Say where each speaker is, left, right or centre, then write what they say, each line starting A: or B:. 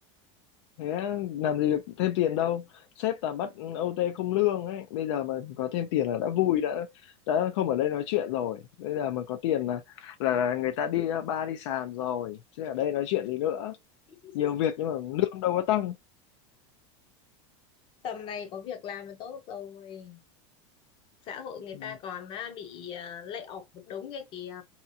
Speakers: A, on the left; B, on the left.
A: thế làm gì được thêm tiền đâu sếp toàn bắt OT không lương ấy bây giờ mà có thêm tiền là đã vui đã đã không ở đây nói chuyện rồi bây giờ mà có tiền là là người ta đi bar đi sàn rồi chứ ở đây nói chuyện gì nữa
B: <laughs>
A: nhiều việc nhưng mà lương đâu có tăng
B: tầm này có việc làm là tốt rồi xã hội người
A: Ừ,
B: ta còn à, bị à, lay off một đống kia kìa